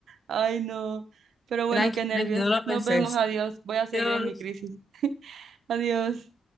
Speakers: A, on the right; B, on the left.
A: Ay, no. Pero bueno,
B: tranqui,
A: qué nervios.
B: tranqui, no lo pensés.
A: Nos vemos, adiós. Voy a seguir
B: Adiós.
A: en mi crisis. <laughs> Adiós.